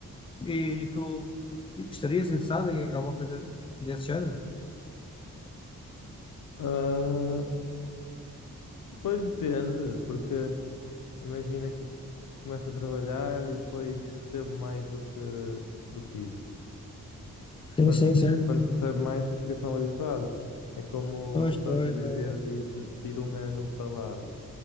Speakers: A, on the left (about 15°); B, on the left (about 80°).
A: e tu estarias interessado em alguma coisa desse género?
B: Ah, pois depende, porque imagina que eu começo a trabalhar e depois recebo mais do que, do que isso. Mas quando,
A: Sim, sim,
B: se-
A: sim.
B: quando se recebe mais, depois fica-se mal habituado. É como
A: Pois,
B: tu estás
A: pois,
B: a dizer
A: é,
B: de ir, de ir um ano para lá.